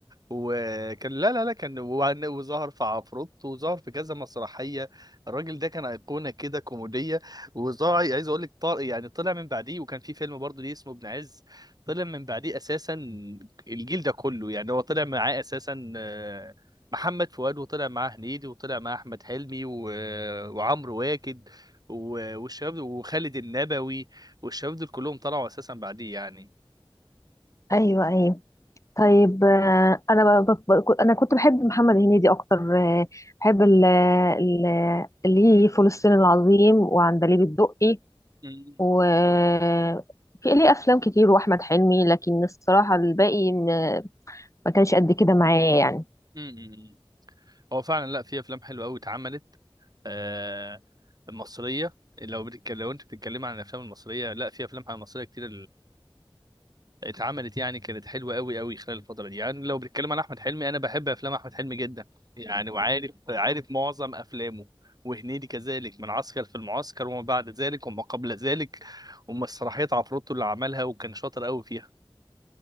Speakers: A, on the right; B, on the left.
A: وكان لا لا لا كان وعن- وظهر في عفروت وظهر في كذا مسرحيه الراجل ده كان ايقونه كده كوميديه وظهر عايز اقول لك طار يعني طلع من بعديه وكان في فيلم برضه ليه اسمه ابن عز طلع من بعديه اساسا الجيل ده كله يعني هو طلع معاه اساسا آه، محمد فؤاد وطلع معاه هنيدي وطلع معاه احمد حلمي و... وعمرو واكد و... والشباب دول- وخالد النبوي والشباب دول كلهم طلعوا اساسا بعديه يعني
B: ايوه ايوه طيب آه، انا ب- ب- ب- انا كنت بحب محمد هنيدي اكتر آه، بحب ال- ال- ليه فول الصين العظيم وعندليب الدقي
A: مم.
B: وفي ليه افلام كتير واحمد حلمي لكن الصراحه الباقي ما ما كانش قد كده معايا يعني
A: مم. مم. هو فعلا لا في افلام حلوه قوي اتعملت آه مصريه لو بتتكلم لو انت بتتكلم عن الافلام المصريه لا في افلام مصريه كتير اتعملت يعني كانت حلوه قوي قوي خلال الفتره دي يعني لو بنتكلم عن احمد حلمي انا بحب افلام احمد حلمي جدا يعني وعارف عارف معظم افلامه وهنيدي كذلك من عسكر في المعسكر وما بعد ذلك وما قبل ذلك ومسرحيات عفروتو اللي عملها وكان شاطر قوي فيها